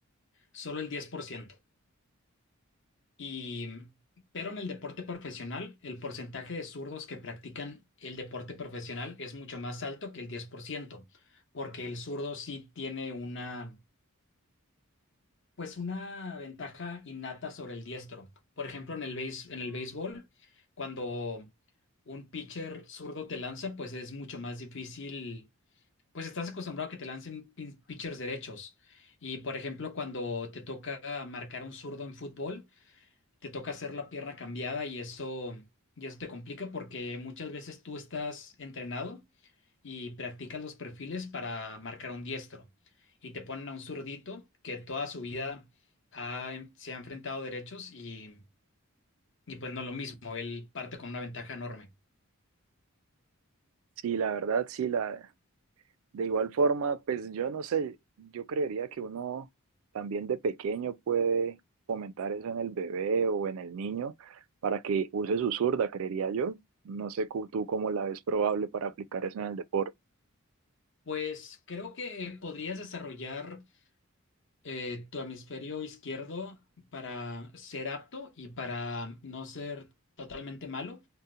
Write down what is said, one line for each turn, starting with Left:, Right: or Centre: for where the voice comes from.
Left: Solo el 10%. Y, mm, pero en el deporte profesional, el porcentaje de zurdos que practican el deporte profesional es mucho más alto que el 10%, porque el zurdo sí tiene una pues una ventaja innata sobre el diestro. Por ejemplo, en el béis- en el béisbol, cuando un pitcher zurdo te lanza, pues es mucho más difícil, pues estás acostumbrado a que te lancen pin- pitchers derechos. Y por ejemplo, cuando te toca marcar a un zurdo en fútbol, te toca hacer la pierna cambiada y eso, y eso te complica porque muchas veces tú estás entrenado y practicas los perfiles para marcar un diestro. Y te ponen a un zurdito que toda su vida ha- em, se ha enfrentado derechos y, y pues no lo mismo, él parte con una ventaja enorme.
Right: Sí, la verdad, sí, la, De igual forma, pues yo no sé, yo creería que uno también de pequeño puede fomentar eso en el bebé o en el niño para que use su zurda, creería yo. No sé cu- tú cómo la ves probable para aplicar eso en el deporte.
Left: Pues creo que podrías desarrollar eh, tu hemisferio izquierdo para ser apto y para no ser totalmente malo,